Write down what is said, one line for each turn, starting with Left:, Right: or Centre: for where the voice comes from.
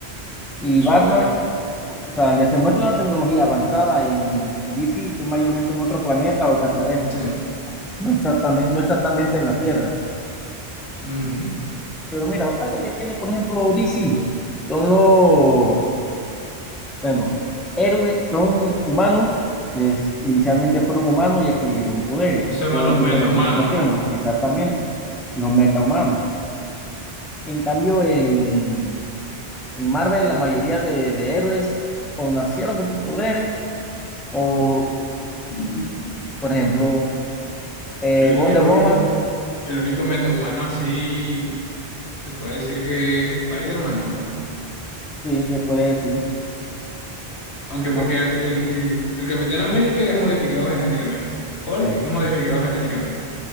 Centre: Y
Left: Eso,
Centre: Batman,
Left: eh,
Centre: o sea, donde se muestra una tecnología avanzada en, en DC, son mayormente en otro planeta o extraterrestre.
Left: sí.
Centre: No exactamente, no exactamente en la Tierra.
Left: Ujú.
Centre: Pero mira, algo que tiene, por ejemplo, DC, son los, bueno, héroes, son humanos, que es- inicialmente fueron humanos y adquirieron poderes
Left: Eso se llaman
Centre: por
Left: los
Centre: diferentes
Left: metahumanos,
Centre: situaciones, exactamente, los metahumanos. En cambio, en, en Marvel, la mayoría de, de héroes o nacieron con sus poderes, o,
Left: ¿no?
Centre: por ejemplo, eh,
Left: Yo creo
Centre: Wonder
Left: que el único,
Centre: Woman,
Left: el único metahumano así se puede decir que es Spider-Man, ¿no?
Centre: sí, se puede decir,
Left: Aunque
Centre: Wonder,
Left: porque el, el, el, el Capitán América es modificado genéticamente. Hulk
Centre: sí,
Left: es modificado genéticamente.